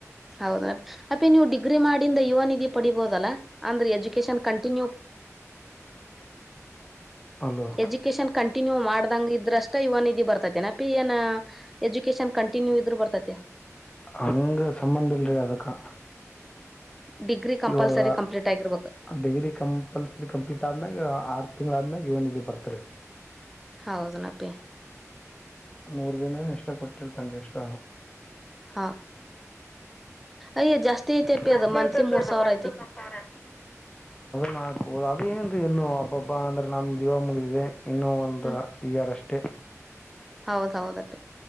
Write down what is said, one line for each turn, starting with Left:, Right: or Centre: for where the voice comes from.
Centre: ಹೌದ ಅಪೇ ನೀವು ಡಿಗ್ರಿ ಮಾಡಿಂದ ಯುವ ನಿಧಿ ಪಡಿಬೋದಲ್ಲಾ ಅಂದ್ರೆ ಎಜುಕೇಶನ್ ಕಂಟಿನ್ಯೂ
Left: ಅಲ್ವ
Centre: ಎಜುಕೇಶಷನ್ ಕಂಟಿನ್ಯೂ ಮಾಡ ಅದಂಗ ಇದ್ರಷ್ಟ ಇವನ್ ಇದಿ ಬರ್ತೈತೆನಪಿ ಏನ ಎಜುಕೇಶನ್ ಕಂಟಿನ್ಯೂ ಇದ್ರ ಬರ್ತೈತೆ
Left: ಅಂಗ ಸಂಬಂಧ ಇಲ್ರಿ ಅದಕ್ಕಾ
Centre: ಡಿಗ್ರಿ ಕಂಪಲ್ಸರಿ
Left: ಇವಾಗ
Centre: ಕಂಪ್ಲೀಟ್ ಆಗಿರ್ಬೇಕು
Left: ಡಿಗ್ರಿ ಕಂಪಲ್ಸರಿ ಕಂಪ್ಲೀಟ್ ಆದ್ಮ್ಯಾಗ ಆರ್. ತಿಂಗಳಾದ್ನಾಗ ಇವನ ಇದ ಬರ್ತರಿ.
Centre: ಹೌದನಪ್ಪಿ
Left: ಮೂರು ದಿನ ಎಷ್ಟೋ ಕೊಟ್ಟಿರ್ತಾನ ರೀ ಇಷ್ಟ
Centre: ಹಾ ಅಯ್ಯ
Left: <unintelligible>
Centre: ಜಾಸ್ತಿ ಐತೆಪಿ ಅದು ಮಂತ್ಲಿ
Left: ತಿ
Centre: ಮೂರ್ ಸಾವಿರ
Left: ಆತ
Centre: ಐತಿ
Left: ಮಾ ಹೌದು ಅದೇ ಇನ್ನು ಹಬ್ಬ ಹಬ್ಬಾ ಅಂದ್ರೆ ನಮ ದೀವ ಮುಗಿದಿದೆ ಇನ್ನುೂ ಒಂದು
Centre: ಹ್ಮ್
Left: ಇಯರ್ ಅಷ್ಟೇ.
Centre: ಹೌದ್ ಹೌದಪ್ಪಿ